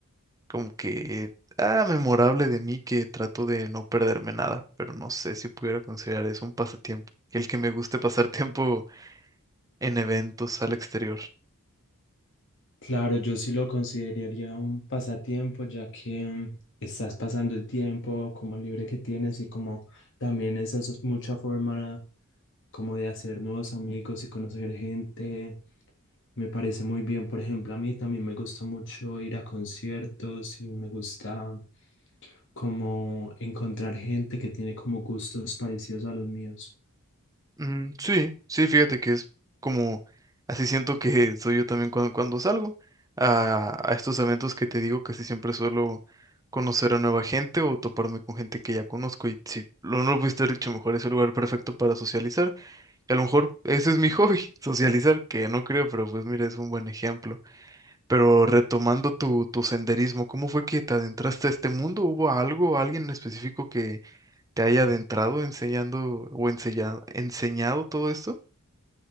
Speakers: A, on the right; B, on the left.
A: como que ah, memorable de mí que trato de no perderme nada, pero no sé si pudiera considerar eso un pasatiempo. El que me guste pasar <laughs> tiempo en eventos al exterior.
B: Claro, yo sí lo consideraría un pasatiempo, ya que mm, estás pasando el tiempo como libre que tienes y como también esa es mucha forma como de hacer nuevos amigos y conocer gente Me parece muy bien, por ejemplo, a mí también me gusta mucho ir a conciertos y me gusta como encontrar gente que tiene como gustos parecidos a los míos.
A: Mm, sí, sí, fíjate que es como, así siento que <laughs> soy yo también cuando, cuando salgo a, a estos eventos que te digo, casi siempre suelo conocer a nueva gente o toparme con gente que ya conozco y si lo no lo pudiste haber dicho mejor, es el lugar perfecto para socializar. Y a lo mejor ese es mi hobby, <laughs> socializar, que no creo, pero pues mira, es un buen ejemplo. Pero retomando tu, tu senderismo, ¿cómo fue que te adentraste a este mundo? ¿Hubo algo, alguien en específico que te haya adentrado enseñando o ensella- enseñado todo esto?